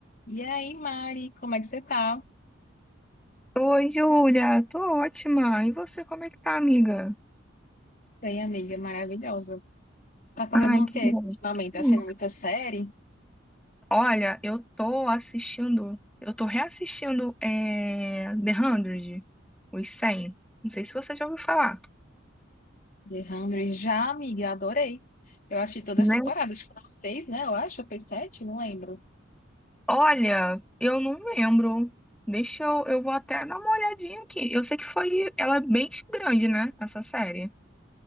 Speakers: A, on the left; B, in the centre.
A: E aí, Mari, como é que você tá?
B: Oi, Júlia, tô ótima. E você, como é que tá, amiga?
A: Bem, amiga, maravilhosa. Tá fazendo
B: Ai,
A: o
B: que
A: quê
B: bom.
A: ultimamente? Tá
B: Hum.
A: assistindo muita série?
B: Olha, eu tô assistindo, eu tô reassistindo é, The 100, os 100. Não sei se você já ouviu falar,
A: The 100? Já, amiga, adorei. Eu achei todas
B: né?
A: as temporadas, foram seis, né? Eu acho, foi sete, não lembro.
B: Olha, eu não lembro. Deixa eu, eu vou até dar uma olhadinha aqui. Eu sei que foi, ela é bem grande, né, essa série.